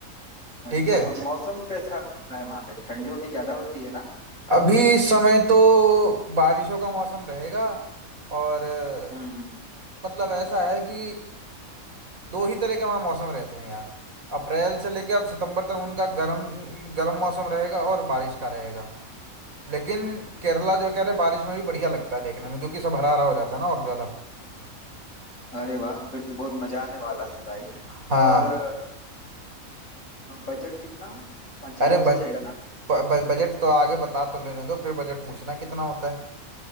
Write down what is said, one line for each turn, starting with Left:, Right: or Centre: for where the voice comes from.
Left: अच्छा
Right: ठीक है
Left: और मौसम कैसा होता है वहाँ पे ठंडी उंडी ज्यादा होती है ना
Right: अभी इस समय तो बारिशों का मौसम रहेगा और अ,
Left: हम्म हम्म
Right: मतलब ऐसा है कि दो ही तरह के वहाँ मौसम रहते हैं यार अप्रैल से लेके अब सितंबर तक उनका गर्म गर्म मौसम रहेगा और बारिश का रहेगा लेकिन केरला जो कह रहे बारिश में भी बढ़िया लगता है देखने में क्योंकि सब हरा हरा हो जाता है ना और ज्यादा
Left: अरे वाह फिर तो बहुत मजा आने वाला है भाई
Right: हाँ
Left: और अ, बजट कितना पाँच छह
Right: अरे
Left: हजार में हो
Right: बज,
Left: जाएगा ना
Right: ब, ब, बजट तो आगे बता तो लेने दो फिर बजट पूछना कितना होता है